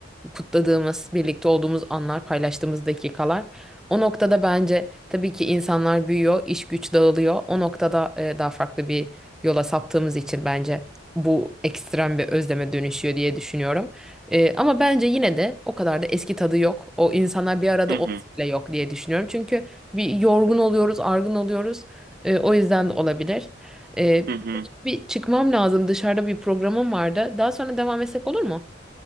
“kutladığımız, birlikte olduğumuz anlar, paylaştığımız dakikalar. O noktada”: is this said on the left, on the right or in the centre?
Centre